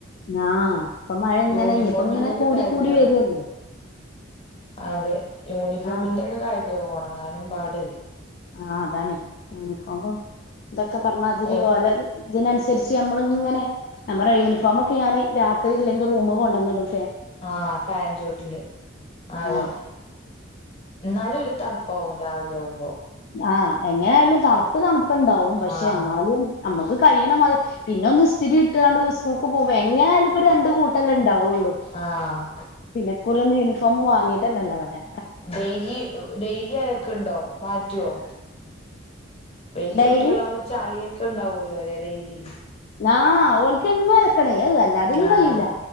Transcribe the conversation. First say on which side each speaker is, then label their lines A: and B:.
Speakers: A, on the left; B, on the left.
A: ആഹ് അപ്പൊ മഴ ഇങ്ങനെ
B: യൂണിഫോമിന്റെ
A: ഇപ്പ ഇങ്ങനെ
B: ഒക്കെ
A: കൂടി
B: കാര്യാവും
A: കൂടി വരുല്ലേ
B: അതെ യൂണിഫോമിന്റെ
A: ആഹ്
B: ഒക്കെ കാര്യയാക ഉണങ്ങാനും പാട്
A: ആ അതാണ് യൂണിഫോമ ഇതൊക്കെ പറഞ്ഞാ അതിരി
B: ഒ
A: ഒല ഇതിനനുസരിച്ച് നമ്മള ഇങ്ങനെ നമ്മുടെ യൂണിഫോമ ഒക്കെ ഞാന് രാത്രി ഇല്ലെങ്കിൽ റൂമ കൊണ്ടുവന്നിടും
B: ആഹ് ഫാൻചോട്ടില് അതെ
A: ആഹ്
B: എന്നാലും ഒരു തണു പോവും രാവിലെ ആവുമ്പോ
A: ആഹ് എങ്ങനെ ആയാലും തണുപ്പ് തണുപ്പുണ്ടാവും പക്ഷെ
B: ആഹ്
A: എന്നാലും നമ്മുക്ക് കഴിയണ മാതിരി പിന്നെ ഒന്ന് സ്ഥിരി ഇട്ടാണ്ട് സ്കൂൾക്ക് പോകുമ്പോ എങ്ങനെയാലും ഒരുരണ്ട് കൂട്ടല് ഉണ്ടാവുള്ളൂ
B: ആഹ്
A: പിന്നെ കുറെം യൂണിഫോം വാങ്ങിട്ട് നല്ലവടെ
B: ഡെയിലി ഡെയിലി അലക്ക് ഉണ്ടോ മാറ്റുവോ വല്യ
A: ഡെയിലി
B: കുട്ടികളാകുമ്പൊ ചാളിയൊക്കെ ഉണ്ടാവുമല്ലോ അല്ലേ ഡെയിലി
A: ആഹ് ഓൾക്കെന്നും അലക്കണേ അല്ലാതൊന്നും
B: ആഹ്
A: കഴിയൂല